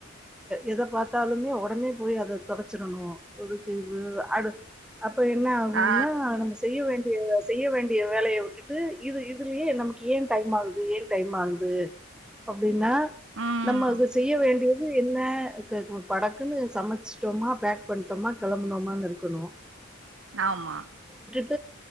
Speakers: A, in the centre; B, on the right.
A: எத பாத்தாலுமே ஒடனே போய் அத தொடச்சிரணு ஒதுக்கு இத அடு அப்ப என்ன ஆகுன்னா
B: ஆ
A: நம்ம செய்ய வேண்டிய செய்ய வேண் டிய வேலைய உட்டுட்டு இது இதுலயே நமக்கு ஏ டைம் ஆகுது ஏ டைம் ஆகுது அப்டினா
B: ம்
A: நம்ம அது செய்ய வேண்டியது என்ன க ப படக்குனு சமைச்சிட்டோமா பேக் பண்ணிட்டோமா கெளம்புனோமானு இருக்கணு
B: ஆமா
A: டு